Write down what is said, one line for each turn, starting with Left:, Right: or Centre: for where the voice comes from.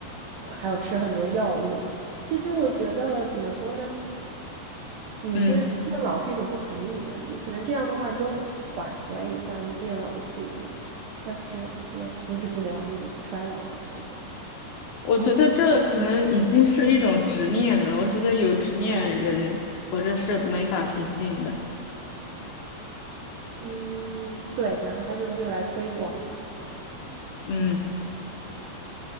Right: 呃还有吃很多药物。其实我觉得怎么说呢？有些变老是一种不可逆的，
Left: 嗯，
Right: 你可能这样的话，你就会缓和一下你变老的速度，但是也阻止不了你衰老吧，觉得。
Left: 我觉得这可能已经是一种执念了。我觉得有执念人活着是没法平静的。
Right: 嗯，对，然后他就用这个来推广。
Left: 嗯，